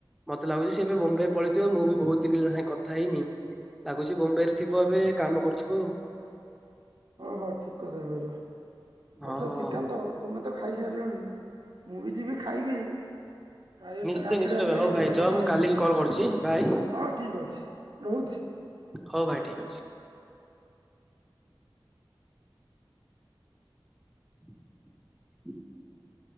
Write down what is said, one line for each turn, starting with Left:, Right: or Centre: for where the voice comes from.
Centre: ମତେ ଲାଗୁଛି ସେ ଏବେ ବମ୍ବାଇ ପଳେଇଥିବ ମୁଁ ବି ବହୁତ ଦିନ ହେଲା ସାଙ୍ଗେ କଥା ହେଇନି। ଲାଗୁଛି ମୁମ୍ବାଇରେ ଥିବ ଏବେ କାମ କରୁଥିବ ଆଉ।
Right: ହଁ ହଁ ଠିକ କଥା କହିଲ।
Centre: ହଁ
Right: ଆଚ୍ଛା ଶ୍ରୀକାନ୍ତ ତୁମେ ତ ଖାଇସାରିଲଣି ମୁଁ ବି ଯିବି ଖାଇବି। ପ୍ରାୟ
Centre: ନିଶ୍ଚୟ
Right: ସାଢେ ଆଠଟା
Centre: ନିଶ୍ଚୟ
Right: ହେଲାଣି
Centre: ଭାଇ ହଉ
Right: ନଅଟା
Centre: ଭାଇ ଯଅ
Right: ପାଖାପାଖି।
Centre: ମୁଁ କାଲିକି କଲ୍ କରୁଛି ବାଏ
Right: ହଁ ଠିକ ଅଛି ରହୁଛି।
Centre: ହଉ ଭାଇ ଠିକ ଅଛି। ହ